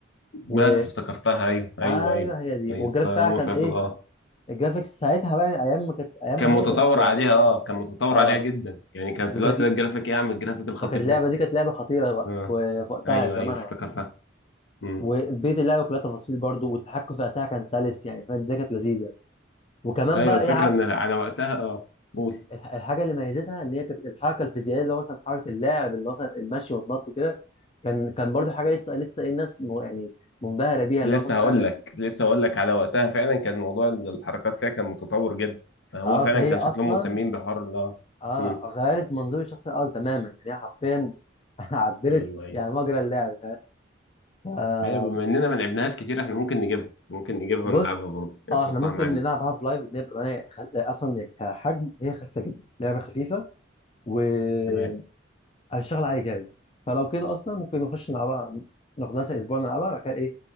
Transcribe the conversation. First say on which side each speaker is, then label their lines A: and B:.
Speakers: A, on the left; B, on the left.
A: بس
B: و
A: افتكرتها ايوه ايوه
B: ايوه
A: ايوه
B: هي دي
A: ايوه
B: والجرافيك
A: طالما
B: بتاعها كان
A: فيها
B: ايه
A: في اه
B: الجرافيكس ساعتها بقى ايام ما كانت ايامها
A: كان متطور
B: هي كانت
A: عليها اه كان متطور
B: اه
A: عليها جدا يعني كان في
B: وكانت
A: الوقت ده الجرافيك ايه عم الجرافيك الخطير
B: فكانت اللعبه
A: ده
B: دي كانت لعبه خطيره وق-
A: اه
B: في في وقتها
A: ايوه
B: في زمانها
A: ايوه افتكرتها
B: يعني
A: امم
B: وبيت اللعبه كلها تفاصيل برضو والتحكم في الاسلحه كان سلس يعني فاهم دي كانت لذيذه وكمان
A: ايوه
B: بقى
A: الفكره
B: ايه عارف
A: ان على وقتها اه قول
B: الح- الحاجه اللي ميزتها ان هي كانت الحركه الفيزيائيه اللي هو مثلا حركه اللاعب اللي هو مثلا المشي والنط وكده كان كان برضو حاجه لسه لسه ايه الناس م- يعني منبهره بيها اللي
A: لسه
B: هو فاهم
A: هقول
B: حاجه كانت-
A: لك لسه هقول لك على وقتها فعلا كان موضوع الحركات فيها كان متطور جدا فهو
B: اه
A: فعلا
B: فهي
A: كان شكلهم
B: اصلا
A: مهتمين بحوار ال اه
B: اه
A: امم
B: غيرت منظور الشخص الاول تماما يعني هي حرفيا <laughs> عدلت
A: ايوه ايوه
B: يعني مجرى اللعب فاهم
A: ايوه بما اننا ما لعبناها كتير احنا ممكن نجيبها ممكن نجيبها
B: بص
A: ونلعبها برضه يعني
B: اه
A: نحطها
B: احنا ممكن
A: معانا
B: نلعب هاف لايف نبقى انا خ... اصلا كحجم هي خفيفه جدا لعبه خفيفه وهتشتغل
A: تمام
B: على اي جهاز فلو كده اصلا ممكن نخش نلعبها ناخدها مثلا اسبوع نلعبها بعد كده ايه